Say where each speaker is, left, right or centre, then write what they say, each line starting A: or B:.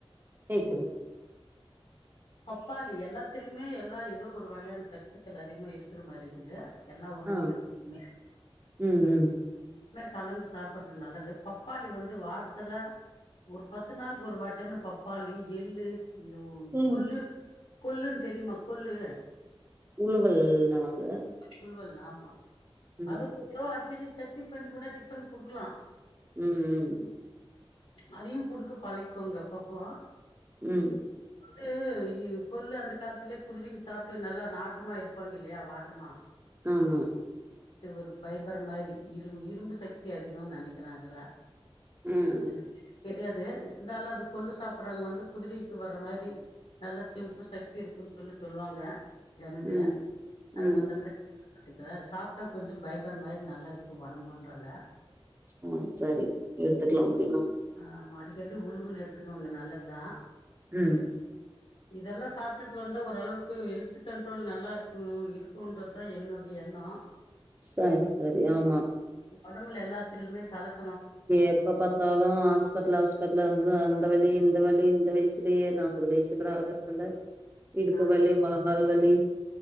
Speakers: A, on the right; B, on the left.
A: கேக்குது
B: பப்பாளி எல்லாத்துலுமே எல்லா ஏதோ ஒரு வகையான சத்துக்கள் அதிகமா இருக்குற மாதிரி இருக்குது எல்லா உணவகத்திலயுமே
A: ஆ ம் ம்
B: கலந்து சாப்படுறது நல்லது பப்பாளி வந்து வாரத்துல ஒரு பத்து நாளுக்கு ஒரு வாட்டன்னு பப்பாளி எள்ளு இது
A: ம்
B: கொல்லு கொல்லுன்னு தெரியுமா கொல்லு
A: உழுவல்ன வாங்க
B: புல்வல் ஆமா
A: ம்
B: அது கொஞ்ச அடிக்கடி சட்னி பண்ணி கூட டிஃபன் குடுக்கலா
A: ம் ம்
B: அதையு குடுக்க பழக்கோங்க பப்பா
A: ம்
B: வந்து கொல்லு அந்த காலத்துலயே குதிரங்க சாப்ட்டு நல்லா நாட்டமா இருப்பாங்க இல்லயா வாட்டமா
A: ம் ம்
B: த்து ஒரு பைபர் மாரி இரும் இரும்பு சக்தி அதிகம்னு நினைக்கிறே அதுல
A: ம்
B: எனக்கு சரியா
A: சரி
B: தெரியாது இருந்தாலு அது கொல்லு சாப்டடுறவங்க வந்து குதிரைக்கு வர்ற மாரி நல்லா தெம்பு சக்தி இருக்கும்ன்னு சொல்லி சொல்லுவாங்க ஜனங்க
A: ம்
B: அது
A: ம்
B: மத்தரந்தான் பத்துக்கிறேன் அது சாப்பிட்டா கொஞ்சம் பைபர் மாரி நல்லா இருக்கும் ஒடம்புன்றாங்க
A: ஆ சரி எடுத்துக்கலா அப்படின்னா
B: ஆமா உளுவுல் எடுத்துக்கோங்க நல்லது தான்
A: ம்
B: இதெல்லா சாப்ட்டுட்டு வந்தா ஓரளவுக்கு ஹெல்த் கண்ட்ரோல் நல்லா இருக்கு இரு இருக்கும்ன்றதுதா என்னுடைய எண்ணம்
A: சரி சரி ஆமா
B: உடம்பு எல்லாத்திலுமேல கலக்
A: எப்ப பார்த்தாலு ஹாஸ்பிடல் ஹாஸ்பிடல் அந்த வலி இந்த வலி இந்த வயசுலேயே நாற்பது வயசு கூட ஆகருதுல்ல இடுப்பு
B: ஆமா
A: வலி முழங்கால வலி